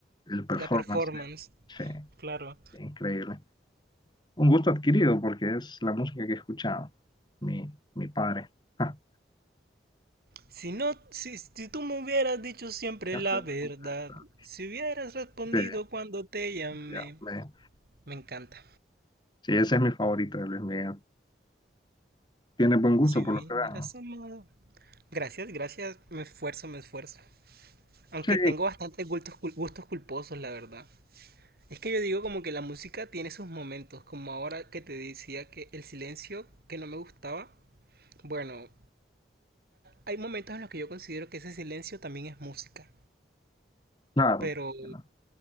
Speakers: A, on the left; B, on the right.
A: el performance,
B: La performance.
A: sí,
B: Claro.
A: increíble. Un gusto adquirido porque es la música que escuchaba mi, mi padre. Ja,
B: Si no, si, si tú me hubieras dicho siempre
A: siempre
B: la verdad,
A: me conecta.
B: si hubieras respondido
A: Sí,
B: cuando te llamé,
A: ya, me-
B: me encanta.
A: sí, ese es mi favorito de Luis Miguel. Tiene buen gusto
B: Si
A: por
B: hubieras
A: lo que vean.
B: amado. Gracias, gracias, me esfuerzo, me esfuerzo. Aunque
A: Sí,
B: tengo bastantes gustos, cul- gustos culposos, la verdad. Es que yo digo como que la música tiene sus momentos, como ahora que te decía que el silencio que no me gustaba, bueno, hay momentos en los que yo considero que ese silencio también es música,
A: claro,
B: pero,
A: ¿no?